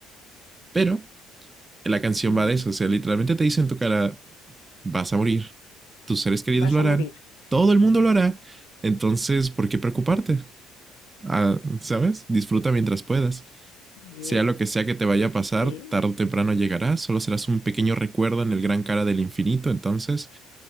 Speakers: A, on the right; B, on the left.
A: Pero la canción
B: Ujú.
A: va de eso. O sea, literalmente te dice en tu cara, vas a morir. Tus seres queridos
B: Vas
A: lo
B: a
A: harán.
B: morir.
A: Todo el mundo lo hará. Entonces, ¿por qué preocuparte? Ah, ¿Sabes? Disfruta mientras puedas.
B: Sí,
A: Sea lo que sea que te vaya a pasar,
B: sí,
A: tarde o temprano llegará, solo serás un pequeño recuerdo en el gran cara del infinito, entonces